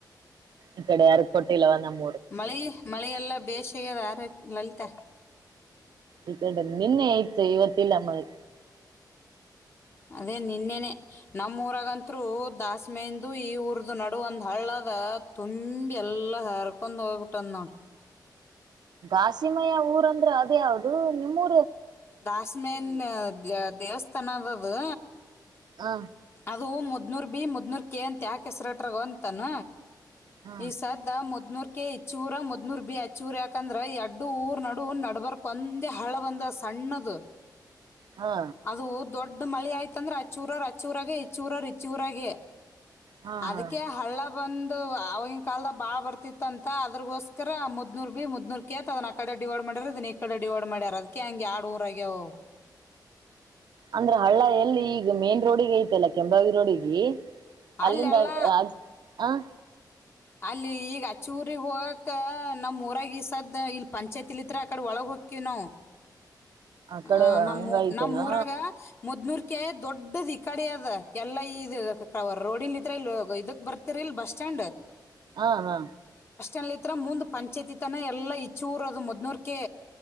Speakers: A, on the right (about 75°); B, on the left (about 35°).
A: ಈ ಕಡೆ ಯಾರಗ್ ಕೊಟ್ಟಿಲ್ಲವ ನಮ್ಮ
B: ಮಳೆ ಮಳೆಯೆಲ್ಲ ಬೇಷೆಗೆದ ಆರ ಲಲಿತಾ
A: ಈಗ ನಿನ್ನೆ ಆಯ್ತ ಇವತ್ತಿಲ್ಲ ಮಳಿ
B: ಅದೇ ನಿನ್ನೆನೆ ನಮ್ಮೂರಾಗತ್ರು ದಸ್ಮಹಂದು ಈ ಊರದು ನಡು ಒಂದ್ ಹಳ್ಳದ ತುಂಬಿ ಎಲ್ಲಾ ಹರ್ಕೊಂಡ್ ಹೋಗ್ಬಿಟ್ಟಂದ್ ನೋಡ
A: ದಾಸಿಮಯ ಊರಂದ್ರೆ ಅದ ಯಾವ್ದದು ನಿಮ್ಮೂ
B: ದಾಸಮೇನ್ ದೇವಸ್ಥಾನ. ತನಾಅದ.
A: ಹ
B: ಅದು ಮುದ್ರ್ ಬಿ ಮುದ್ನೂರ್ ಕೆ ಅಂತ ಯಾಕ ಹೆಸರ ಇಟ್ಟರ್ ಗೊತ್ತನ.
A: ಹ
B: ಇ ಸದ್ದ ಮುದನೂರ್ ಕೆ ಹೆಚ್ಚೂರ ಮುದ್ನೂರ್ ಬಿ ಹೆಚ್ಚೂರ ಯಾಕಂದ್ರೆ ಎರಡು ಊರ್ ನಡು ನಡಬರ್ಕ್ ಒಂದೇ ಹಳ್ಳ ಬಂದದ. ಸಣ್ಣದು.
A: ಹಾ
B: ಅದು ದೊಡ್ಡ ಮಳೆ ಆಯ್ತುಂದ್ರೆ ಹಚ್ಚೂರವ್ರು ಹಚ್ಚೂರಾಗೆ ಇಚ್ಚೂರವ್ರು ಇಚ್ಚೂರಾಗೆ.
A: ಹಾ
B: ಅದಕ್ಕೆ
A: ಹಾ
B: ಹಳ್ಳ ಬಂದು ಅವಾಗಿನ ಕಾಲದ ಬಾಳ ಬರ್ತಿತ್ತ ಅಂತ ಅದ್ರಗೋಸ್ಕರ ಮುದ್ನೂರ್ ಬಿ ಮುದ್ನೂರ್ ಕೇ ಅದನ್ ಆ ಕಡೆ ಡಿವೈಡ್ ಮಾಡ್ಯಾರ ಇದನ್ ಈ ಕಡೆ ಡಿವೈಡ್ ಮಾಡ್ಯಾರ ಅದ್ಕ ಹೆಂಗಗೆ ಯಾಡ್ ಊರ ಆಗ್ಯಾವ ಅವ.
A: ಅಂದ್ರ ಹಳ್ಳ ಎಲ್ಲಿ ಈಗ ಮೇನ್ ರೋಡಿಗೆ ಐತೆಲ್ಲ ಕೆಂಬಾವಿ ರೋಡಿಗೆ - ಅಲ್ಲಿಂದ
B: ಅಲ್ಲೆಲ್ಲ
A: ಆ ಹ
B: ಅಲ್ಲಿ ಈಗ ಆಚಿ ಊರಿಗ್ ಹೋಗಕ್ ನಮ್ ಊರಾಗ ಈಸದ್ದ ಇಲ್ ಪಂಚಾಯತಿಲಿಂತ್ರ ಆ ಕಡೆ ಒಳಗ ಹೊಕ್ಕಿವಿ ನಾವು.
A: ಆ ಕಡೆ
B: ಹ ನಮ್ಮ್
A: ಹಂಗ ಐತೆನಾ
B: ನಮ್ಮ ಊರಾಗ ಮೊದ್ನೂರ್. ಅಕ ದೊಡ್ಡದದು ಈ ಕಡೆ ಅದ್ ಎಲ್ಲಾ ಇದ ರೋಡ್ ಇಲ್ ಇದ್ರ ಇ ಇದಕ್ ಬರ್ತಿರಿ ಇಲ್ ಬಸ್ ಸ್ಟಾಂಡ್-
A: ಹಾ ಹಾ
B: ಎಲ್ಲಿ ಹತ್ರ ಮುಂದು ಪಂಚಾಯತಿ ತನ ಎಲ್ಲ ಇಚ್ಚೂರೋದು ಮೊದ್ನೂರ ಕೆ